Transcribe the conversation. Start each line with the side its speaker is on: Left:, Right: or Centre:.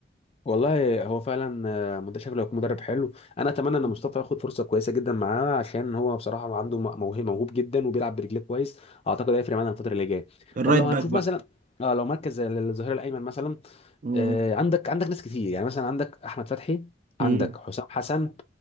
Left: والله هو فعلا آه، مد- شكله هيكون مدرب حلو انا اتمنى ان مصطفى
Right: فكره
Left: ياخد فرصه كويسه جدا معاه عشان هو بصراحه عنده م- موهبه موهوب جدا وبيلعب برجليه كويس اعتقد هيفرق معانا الفتره اللي جايه
Right: الرايت
Left: طب لو
Right: باك
Left: هنشوف
Right: بقى
Left: مثلا اه لو مركز زي الظهير الايمن مثلا
Right: مم.
Left: آه، عندك عندك ناس كتير يعني مثلا عندك احمد فتحي
Right: مم.
Left: عندك حسام حسن